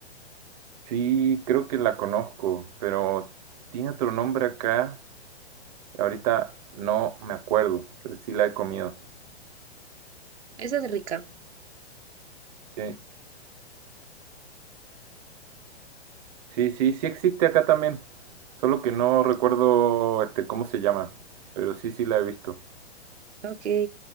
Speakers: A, on the right; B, on the right.
A: Sí, creo que la conozco, pero tiene otro nombre acá, y ahorita no me acuerdo, pero sí la he comido.
B: Esa es rica.
A: Sí, sí, sí, sí existe acá también, solo que no recuerdo este cómo se llama, pero sí, sí la he visto.
B: Ok.